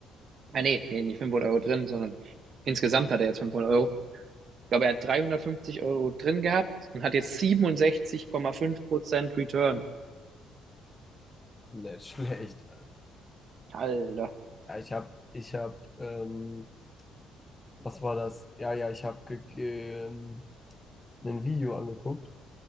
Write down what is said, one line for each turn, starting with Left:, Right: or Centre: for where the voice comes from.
Right: ah, nee, nee, nicht 500 Euro drin, sondern insgesamt hat er jetzt 500 Euro. Ich glaube, er hat 350 Euro drin gehabt und hat jetzt siebenundsechzig Komma fünf Prozent Return.
Left: nicht schlecht.
Right: Alter.
Left: Ja, ich habe, ich habe, ähm, was war das? Ja, ja, ich habe ge ge- ähm, ein Video angeguckt